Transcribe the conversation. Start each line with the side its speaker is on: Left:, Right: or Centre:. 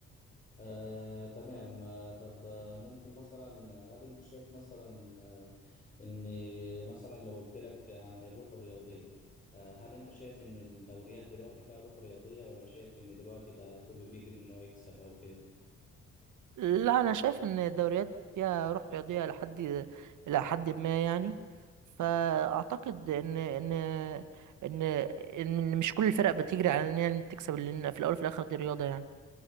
Left: آه، تمام آه، طب آه، ممكن مثلا آه، هل انت شايف مثلا آه، ان مثلا لو قلت لك عن الروح الرياضية آه، هل انت شايف ان الدوريات دلوقتي فيها روح رياضية ولا شايف ان دلوقتي بقى كله بيجري ان هو يكسب او كده
Right: لا انا شايف ان الدوريات فيها روح رياضيه لحد الى حد ما يعني فاعتقد ان ان ان ان مش كل الفرق بتجري على ان هي تكسب لان في الاول وفي الاخر دي رياضه يعني